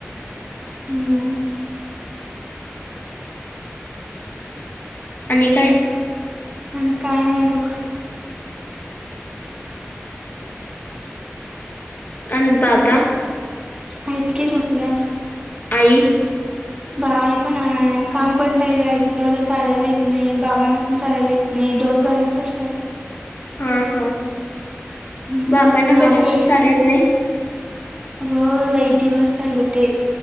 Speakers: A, on the right; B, on the left.
A: हम्म.
B: आणि काय?
A: आणि काय नाही ब
B: अन बाबा
A: आहेत की झोपल्यात.
B: आई.
A: गाई पण आहे काम बंद आहे गायचं आता चालायला येत नाही बाबांना चालायला येत नाही, दोघं घराच असतात.
B: हा, हा,
A: हम्म
B: बाबांना
A: मावश
B: कशामुळे चालायला येत नाही.
A: अगं लय दिवस झाले ते